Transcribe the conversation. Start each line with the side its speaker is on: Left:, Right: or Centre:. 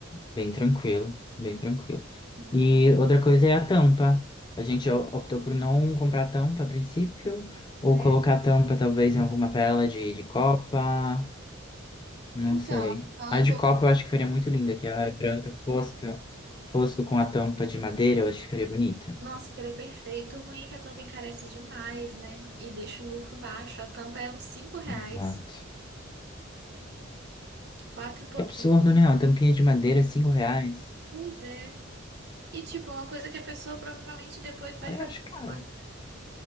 Left: bem tranquilo, bem tranquilo.
Right: Uhum.
Left: E outra coisa é a tampa. A gente o- optou por não comprar tampa a princípio, ou
Right: É,
Left: colocar tampa talvez em alguma vela de, de copa, não
Right: Então,
Left: sei.
Right: ambos.
Left: A de copa eu acho que ficaria muito linda, que é a branca fosca, fosco com a tampa de madeira, eu acho que ficaria bonita.
Right: Nossa, ficaria perfeito. O ruim é que a tampa encarece demais, né? E deixa o lucro baixo. A tampa é uns cinco reais,
Left: Exato.
Right: quatro e pouquinho.
Left: É absurdo, né? Uma tampinha de madeira, cinco reais.
Right: Pois é. E, tipo, uma coisa que a pessoa provavelmente depois vai
Left: Ah, eu
Right: jogar
Left: acho caro.
Right: fora.